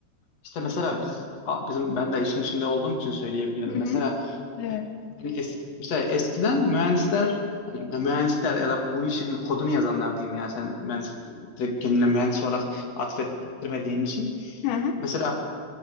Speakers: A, on the left (about 40°); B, on the left (about 80°).
A: işte mesela biz a- bizim ben de işin içinde olduğum için söyleyebiliyorum.
B: Hı
A: Mesela
B: hı. Evet.
A: e, hani es- mesela eskiden mühendisler hani mühendisler ya da bu işin kodunu yazanlar diyeyim yani sen mühendis direkt kendine mühendis olarak atfettirmediğin için.
B: Hı hı.
A: Mesela